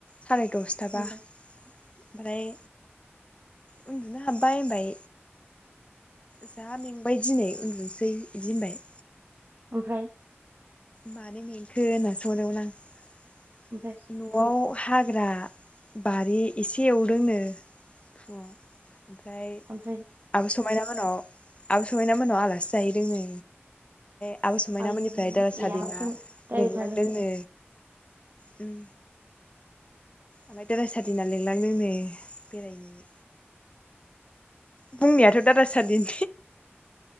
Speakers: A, on the left; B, on the right.
A: साराय दसथाबा
B: ओमफ्राय
A: ओमफ्राय उन्दुनो हाबबाय होनबाय। जा मेंबाय दिनै उन्दुनोसै बिदि होनबाय
B: ओमफ्राय
A: मानो मेंखो होनना सोंहरदोंमोन आं
B: ओमफ्राय
A: न'आव हाग्रा बारि एसे एवदोंनो फुङाव ओमफ्राय
B: ओमफ्राय
A: आब स मायना मोनाव आब' समायना मोनाव आलासि जायो रोङो ओमफ्राय आब' समायनाामनिफ्राय
B: आयु
A: दा सादना
B: ए आहाबोसोमोन डाइरेक्ट
A: लिंलांदोंनो।
B: थांदों
A: उम ओमफ्राय दादा सादिना लिंलांदोंनो बेरायनो बुंनायाथ' दादा सादिन